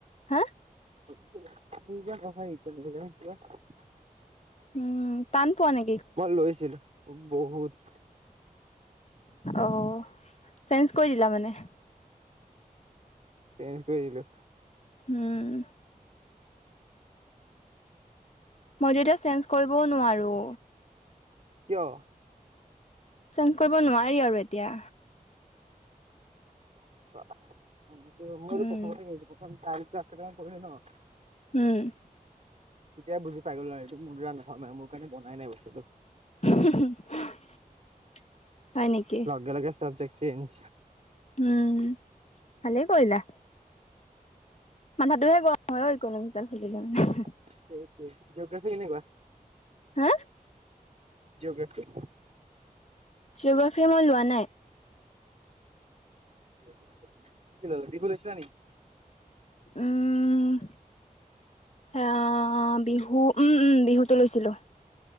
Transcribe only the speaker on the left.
হা?
উম। টান পোৱা নে
অ', চেঞ্জ কৰি দিলা মানে?
হুম। মইতো এতিয়া চেঞ্জ কৰিবও নোৱাৰো।
চেঞ্জ কৰিব নোৱাৰি আৰু এতিয়া।
উম, উম।
<unintelligible> হয় নেকি?
উম', ভালেই কৰিলা। মাথাতোহে গৰমহৈ ইকোনমিক্স ডাল খুলিলে <unintelligible>
হে?
জীঅগ্ৰাফী মই লোৱা নাই।
উম। এ বিহু উম উম, বিহুতে লৈছিলো।